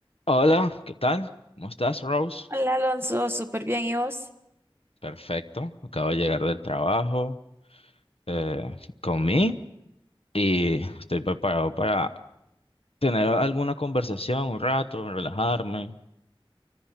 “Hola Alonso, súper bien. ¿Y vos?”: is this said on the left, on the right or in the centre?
Right